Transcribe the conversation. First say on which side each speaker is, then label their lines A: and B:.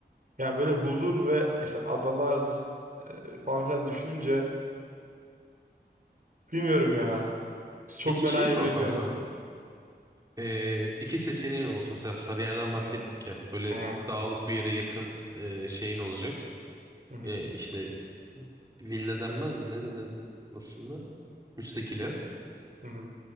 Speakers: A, on the right; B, on the right.
A: Ya böyle huzur ve işte adalar e, falan filan düşününce bilmiyorum ya. Çok
B: Peki
A: fena
B: şeyi
A: imreniyorum.
B: sorsam sana. E, iki seçeneğin olsun. Mesela Sarıyer'den
A: Hı
B: bahsettik ya. Böyle
A: hı
B: dağlık bir yere yakın e, şeyin olacak.
A: hı hı.
B: E, işte villa denmez de ne denir aslında? Müstakil ev.
A: hı.